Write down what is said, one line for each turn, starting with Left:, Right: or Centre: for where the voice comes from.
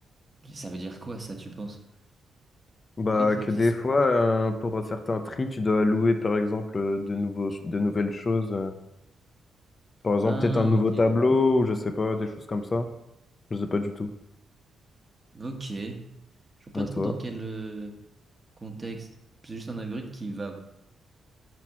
Right: ça veut dire quoi ça, tu penses?
Left: Bah,
Right: Il y en a qui
Left: que
Right: l'utilisent.
Left: des fois, euh, pour certains tri, tu dois allouer, par exemple, euh, de nouveaux, de nouvelles choses. euh. Par exemple,
Right: Ah,
Left: peut-être un nouveau
Right: ok.
Left: tableau, ou je sais pas, des choses comme ça. Je sais pas du tout.
Right: Ok. Je vois pas
Left: À
Right: trop
Left: toi.
Right: dans quel euh, contexte. C'est juste un algorithme qui va,